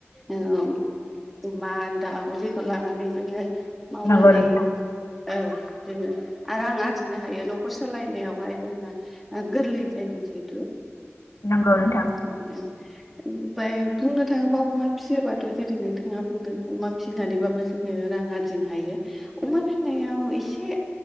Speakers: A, in the centre; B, on the left (about 75°).
A: ओम अमा दाउ जेखौ लानानै बैयो जोङो मावनानै
B: नंगौ नोंथां
A: औ जोङो आरो आं आरजिनो हायो न'खर सालायनायावहाय जोंहा ओ गोरलै जायो जिहिथु
B: नोंगौ नोंथां
A: ओं ओम बे बुंनो थाङोबा अमा फियोबाथ' जेरै नोंथांआ बुंदों अमा फिनानैबाबो ज जोङो रां आरजिनो हायो अमा फिनायाव एसे